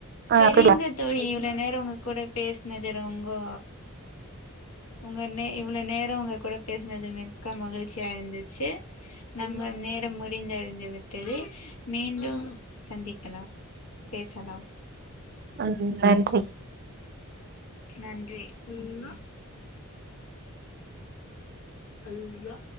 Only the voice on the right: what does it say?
ஆ
அப்படியா
அது நன்றி